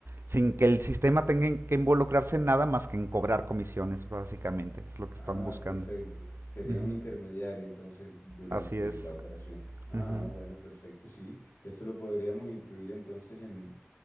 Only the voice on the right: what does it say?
sin que el sistema tenga que involucrarse en nada más que en cobrar comisiones, básicamente, es lo que
están buscando.
Ujú,
Así es.
Ujú.